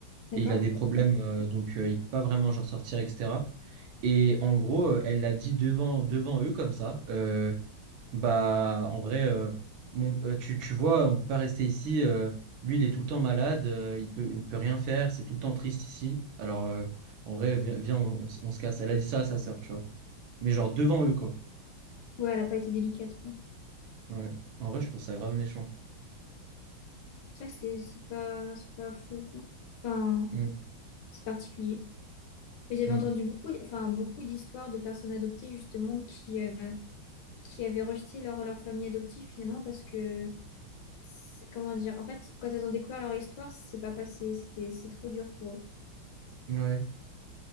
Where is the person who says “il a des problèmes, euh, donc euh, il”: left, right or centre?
Right